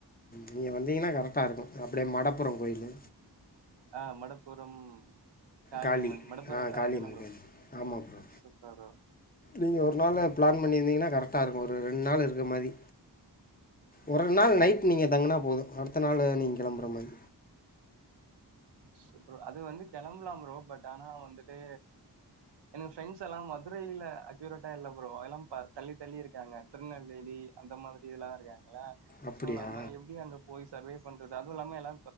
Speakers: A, on the left; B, on the right.
A: நீங்க வந்தீங்கன்னா கரெக்டா இருக்கு அப்டியே மடப்புரோ கோயில்
B: ஆ மடப்புரம் காளியம்மன்
A: காளி
B: மடப்புரம்
A: ஆ
B: காளி
A: காளியம்மன்
B: தானே ப்ரோ
A: கோயில் ஆமாம் ப்ரோ
B: சூப்பர் ப்ரோ
A: நீங்கள் ஒரு நாள் பிளான் பண்ணியிருந்தீங்கன்னா கரெக்டாக இருக்கு ஒரு ரெண்டு நாள் இருக்கிற மாதிரி ஒரு நாள்
B: ஓகே
A: நைட்
B: ப்ரோ.
A: நீங்க தங்குனா போது அடுத்த நாள் நீங்க கெளம்புற மாரி
B: ஸ் ப்ரோ அது வந்து கிளம்பலா ப்ரோ பட் ஆனா வந்துட்டு எனக்கு ஃப்ரெண்ட்ஸ் எல்லா மதுரையில அக்யூரேட்டா இல்ல ப்ரோ அதெல்லா தள்ளி தள்ளி இருக்காங்க திருநெல்வேலி அந்த மாதிரி இதெல்லா இருக்காங்க அல
A: அப்படியா
B: சோ நம்ம எப்டி அங்க போய் சர்வே பண்றது அது இல்லாம எல்லா